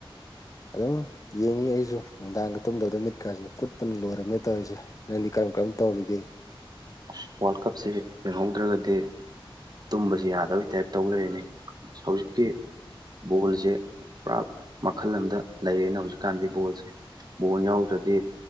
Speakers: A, on the left; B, on the right.
A: ꯑꯗꯨꯝ ꯌꯦꯡꯉꯤ ꯑꯩꯁꯨ ꯅꯨꯡꯗꯥꯡꯒ ꯇꯨꯝꯗꯕꯗꯝ ꯃꯤꯠꯀꯥꯥꯁꯦ ꯀꯨꯠꯄꯅ ꯂꯣꯏꯔꯝꯃꯤ ꯇꯣꯏꯁꯦ ꯅꯪꯗꯤ ꯀꯔꯝ ꯀꯔꯝ ꯇꯧꯔꯤꯒꯦ
B: ꯑꯁ ꯋꯥꯔꯜ ꯀꯞꯁꯦ ꯌꯦꯡꯍꯧꯗ꯭ꯔꯒꯗꯤ ꯇꯨꯝꯕꯁꯤ ꯌꯥꯗꯕꯩ ꯇꯥꯏꯞ ꯇꯧ ꯂꯩꯔꯦꯅꯦ ꯍꯧꯖꯤꯛꯀꯤ ꯕꯣꯜꯖꯦ ꯄꯨꯔꯥ ꯃꯈꯜ ꯑꯃꯗ ꯂꯩꯔꯦꯅ ꯍꯧꯖꯤꯛꯀꯥꯟꯗꯤ ꯕꯣꯜꯁꯦ ꯕꯣꯜ ꯌꯥꯎꯗ꯭ꯔꯗꯤ